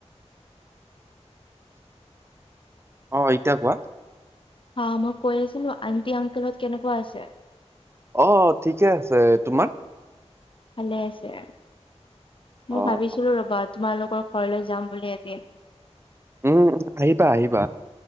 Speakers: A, on the right; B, on the left.
A: অ' এতিয়া কোৱা
B: হা মই কৈ আছিলো আন্টি অংকল হত কেনেকুৱা আছে।
A: অ' ঠিকে আছে তোমাক।
B: ভালে আছে মই
A: অ',
B: ভাবিছিলো ৰবা তোমালোকৰ ঘৰলৈ যাম বুলি এদিন।
A: উম আহিবা আহিবা।